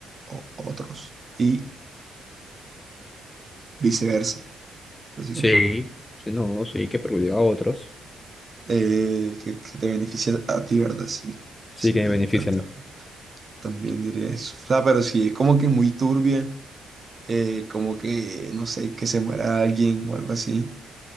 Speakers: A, on the right (about 35°); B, on the left (about 20°).
A: o- o- otros. Y viceversa, básicamente.
B: Sí, sí, no, sí, que perjudica a otros.
A: Eh, que, que te beneficie a ti, ¿verdad? Sí.
B: Sí,
A: Sí,
B: que
A: yo
B: me beneficia
A: ta- ta-
B: a mí.
A: también diría eso. O sea, pero sí, es como que muy turbia. eh, como que, no sé, que se muera alguien o algo así,